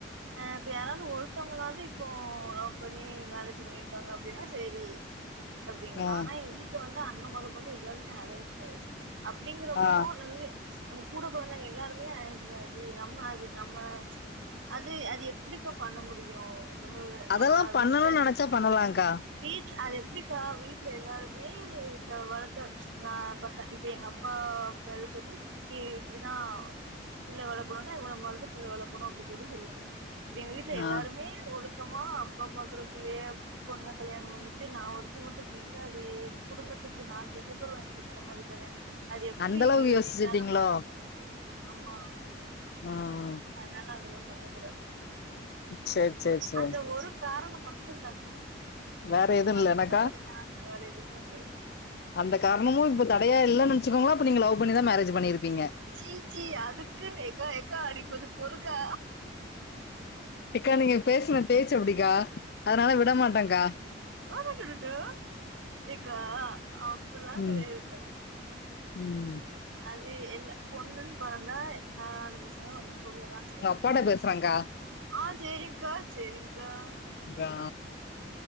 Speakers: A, on the right; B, on the left.
A: அ இப்ப யாராவது ஒருத்தவங்களாது இப் போ லவ் பண்ணி மேரேஜ் பண்ணிருக்காங்க அப்படின்னா சேரி அப்படிங்களா
B: ஆ
A: ஆனா எங் வீட் ல வந்து அண்ண மொத கொண்டு எல்லாருமே அரேஞ்ச் மேரேஜ் அப்படிங்குறப்போ
B: ஆ
A: <unintelligible> நம்ம கூட பொறந்தவங்க எல்லாருமே அரேஞ்சு மேரேஜு நம்பளு அது நம்ம அது அது எப்படிக்கா பண்ண முடியு நம்ம
B: அதெல்லாம்
A: நம்ம
B: பண்ணணும்னு
A: வீட்ல
B: நெனச்சா பண்ணலாங்க்கா
A: வீட்ல அது எப்படிக்கா வீட்ல எல்லாருமே வளத்த நா பண்டே இப்ப எங்க அப்பா பேர் சொல்லி இப்படிதா புள்ள வளக்கணுன்னா இவன் மாரிதா புள்ள வளக்கணு அப்படின் சொல்லி சொல்வாங்க இப்டி எங்க வீட்ல
B: ஆ
A: எல்லாருமே ஒழுக்கமா அப்பா பாக்குற பிள்ளைய பொண்ண கல்யாணோ பண்ணிட்டு நா ஒருத்தி மட்டு இப்படி இருந்தா அது எ குடும்பத்துக்கு நா கெட்ட பேரு வாங்க் குடுக்கற மாரி நானே அது எப்பிடி
B: அந்த அளவு யோசிச்சுட்டீங்களோ
A: என்னால பண்ண முடியு ஆமா
B: ம்
A: அதனால அதல்லா பண்ண கூடாதுக்கா
B: சேரி சேரி சேரி
A: அந்த ஒரு காரணம் மட்டும்தாக்கா
B: வேற எதுவும்
A: மத்தபடி
B: இல்லனக்கா
A: ஆ வேற எதுமே கெடையாது
B: அந்த காரணமு இப்ப தடையா இல்லேன்னு வெச்சக்கோங்களே அப்ப நீங்க லவ் பண்ணிதா மேரேஜ் பண்ணிருப்பீங்க
A: சீ சீ அதுக்குன்னு எக்கா எக்கா நீ கொஞ்சோ பொறுக்கா
B: எக்கா நீங்க பேசுன பேச்சு அப்படிக்கா அதனால விடமாட்டங்கா
A: ஆமா <unintelligible> ஏக்கா அப்படில்லா
B: ம்
A: கடையாதுக்கா
B: ம்
A: அது எல்ல பொண்ணுன்னு பொறந்தா நாலு பசங்களு வந்து சொல்ல தா செய்வா
B: போட பேசுறாங்க
A: ஆ சேரி்ங்கா சேரி்ங்கா
B: ஆ